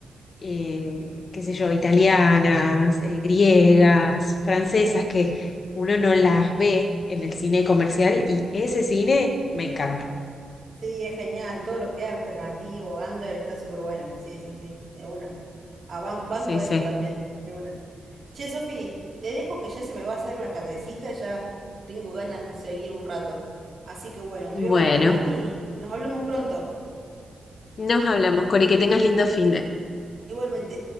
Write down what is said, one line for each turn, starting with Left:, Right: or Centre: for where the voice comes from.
Left: eh, qué sé yo, italianas, eh, griegas, francesas, que uno no las ve en el cine comercial y ese cine me encanta.
Right: Sí, es genial. Todo lo que es alternativo, under, está súper bueno. Sí, sí, sí, de una. Ah, ban- banco
Left: Sí,
Right: eso
Left: sí.
Right: también, de una. Che, Sofi, te dejo que ya se me va a hacer la tardecita, ya tengo ganas de seguir un rato. Así que bueno, te
Left: Bueno,
Right: voy a abandonar y nos hablamos pronto.
Left: nos hablamos, Cori, que tengas lindo fin de.
Right: Igualmente.